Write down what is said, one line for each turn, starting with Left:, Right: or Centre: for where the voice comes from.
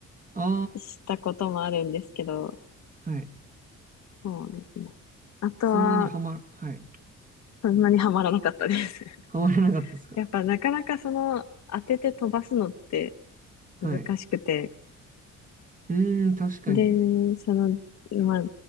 Right: あ
Left: したこともあるんですけど、
Right: あ、はい。
Left: そうですね。あとは、
Right: そんなにはま、はい。
Left: そんなにはまらなかったです。<laughs>
Right: はまらなかったですか
Left: やっぱなかなかその当てて飛ばすのって
Right: はい。
Left: 難しくて、
Right: うーん、確かに。
Left: で、その、まあ、